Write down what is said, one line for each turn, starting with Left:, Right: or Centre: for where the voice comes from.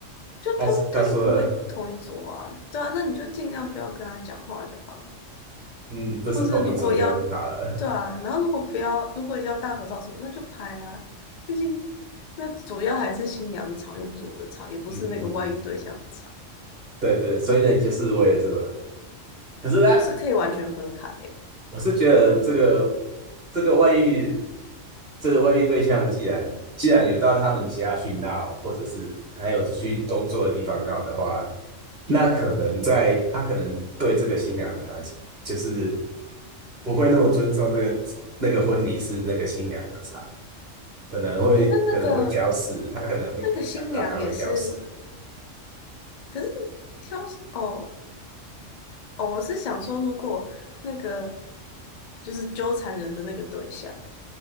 Right: <laughs>
Left: 就他他就不会同一组啊。
Right: 她她说了，
Left: 对啊，那你就尽量不要跟他讲话就好了。
Right: 嗯，不是同一桌就好了，
Left: 或是如果要，对啊，然后如果不要，如果要大合照什么，那就拍啊。毕竟那主要还是新娘的场，又不是我的场，也不是那个外遇对象的场，
Right: 嗯嗯嗯，对对，所以呢，你就是为了这个，可是呢。
Left: 我是可以完全分开耶。
Right: 我是觉得这个这个外遇，这个外遇对象既然既然有到他们家去闹，或者是还有去工作的地方闹的话，那可能在他可能对这个新娘的场景，就是不会那么尊重那个那个婚礼是那个新娘的场，可能会可能会挑食，
Left: 诶，那那个
Right: 他可能会预想到他会挑食。
Left: 那个新娘也是。可是挑哦哦，我是想说，如果那个就是纠缠人的那个对象，